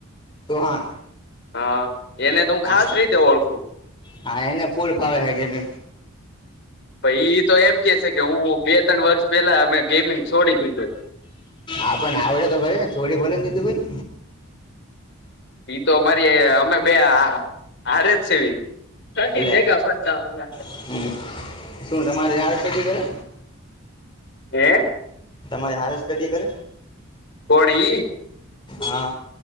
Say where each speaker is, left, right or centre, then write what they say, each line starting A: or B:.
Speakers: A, on the left; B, on the left.
A: ચૌહાણ.
B: હા એને તો હું
A: હા
B: ખાસ રીતે ઓળખું.
A: હા એને ફૂલ ફાવે હે ગેમિંગ.
B: પ ઈ તો એમ કે છે કે હું બે ત્રણ વર્ષ પેલા અમે ગેમિંગ છોડી દીધું
A: આપણ આવડે તો ખારી ને છોરી ભલે ને દીધું હોય.
B: ઈ તો અમારી અમે બે હારે જ છેવી. કદી
A: લે
B: ભેગા ફરતા હોરા.
A: હમ. શું તમારે <unintelligible> સી કરે
B: હે.
A: તમારે હારે સ્ટડી કરે?
B: કોણ ઈ?
A: હા.